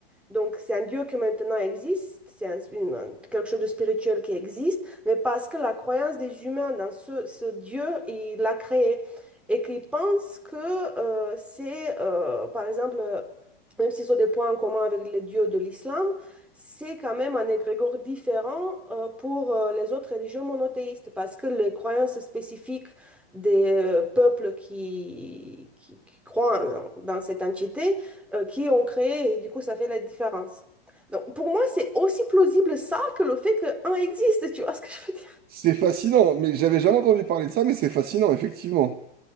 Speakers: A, in the centre; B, on the right (about 30°).
A: Donc, c'est un Dieu qui maintenant existe, c'est un- une- un- quelque chose de spirituel qui existe, mais parce que la croyance des humains dans ce, ce Dieu, il l'a créé. Et qu'ils pensent que euh, c'est, euh, par exemple, euh, même s'ils ont des points en commun avec les dieux de l'islam, c'est quand même un égrégore différent euh, pour euh, les autres religions monothéistes, parce que les croyances spécifiques des euh, peuples qui, qui, qui croient en- dans cette entité, euh, qui ont créé, et du coup, ça fait la différence. Donc, pour moi, c'est aussi plausible ça que le fait qu'un existe, <laughs> tu vois ce que je veux dire?
B: C'est fascinant, mais j'avais jamais entendu parler de ça, mais c'est fascinant, effectivement.